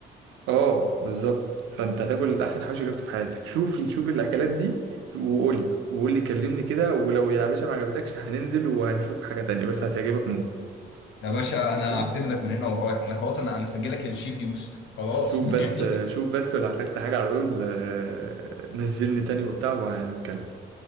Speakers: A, on the right (about 85°); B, on the left (about 70°).
A: اه بالظبط فانت هتاكل احسن حواوشي جربته في حياتك شوف شوف الاكلات دي وقول لي وقول لي كلمني كده ولو يا باشا ما عجبتكش هننزل وهنشوف حاجة تانية بس هتعجبك موت
B: يا باشا انا
A: فاهم
B: اعتمدك من هنا ورايح انا خلاص انا انا سجلك الشيف يوسف خلاص
A: شوف
B: <laughs> يعني
A: بس شوف بس لو احتجت حاجة على طول آه، نزلني تاني وبتاع وهنتكلم